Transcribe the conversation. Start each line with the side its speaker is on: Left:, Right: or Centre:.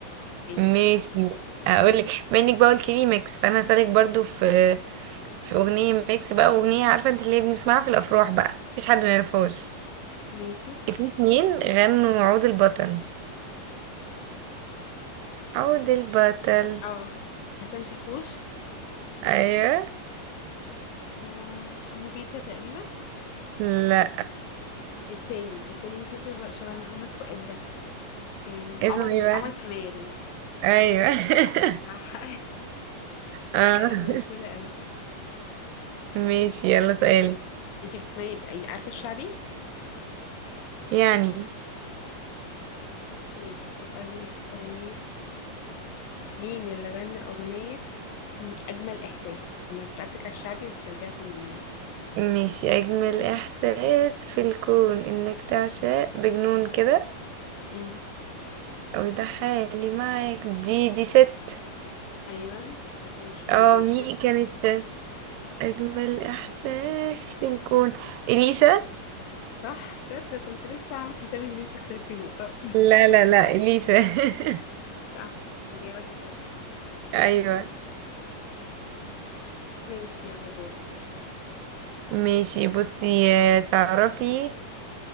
Left: ماشي
Right: ماشي اقولك بما انك بقى قلت لي ميكس فانا هسألك برضو في في اغنيه ميكس بقى اغنيه عارفه انت اللي بنسمعها في الافراح بقى مفيش حد ما يعرفهاش
Left: ماشي
Right: في اتنين غنوا عود البطل عود البطل
Left: اه حسن شاكوش
Right: ايوه
Left: و- وحمو بيكا تقريبا
Right: لا
Left: التاني التاني صوته شبه شبه محمد فؤاد ده آم،
Right: اسمه
Left: عمر
Right: ايه بقى
Left: عمر كمال
Right: ايوه <laughs>
Left: صح <laughs>
Right: اه
Left: آه، دي مشهورة قوي
Right: ماشي يلا
Left: مم.
Right: سؤالي
Left: انتي بتسمعي أي- عارفة الشعبي
Right: يعني
Left: ماشي هقولك أغنية مين اللي غنى أغنية <clears throat> أجمل إحساس أنا سألتك على الشعبي بس رجعت منه
Right: ماشي أجمل إحساس في الكون إنك تعشق بجنون كده
Left: امم
Right: وده حالي معاك دي دي ست
Left: أيوة ست مشهورة
Right: اه
Left: جدا
Right: مي كانت أجمل إحساس في الكون إليسا
Left: صح شاطرة كنت لسه عامل حسابي إن انتي خسرتي نقطة
Right: لا لا لا إليسا <laughs>
Left: <laughs> صح إجابة صحيحة
Right: أيوة
Left: ماشي يلا دورك
Right: ماشي بصي آه، تعرفي